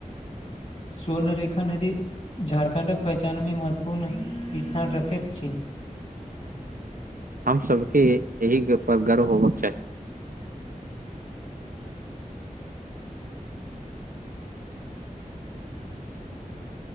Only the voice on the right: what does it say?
हम सबके एहि पर गर्व होबके चाही <inaudible>